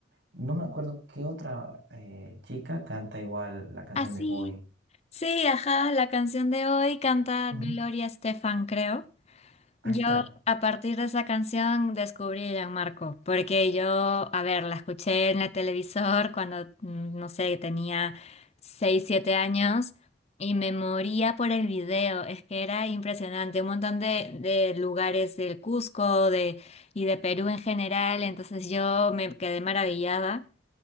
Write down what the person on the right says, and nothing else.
No me acuerdo qué otra eh, chica canta igual la canción
de Hoy.
Ujú,
Ahí
está.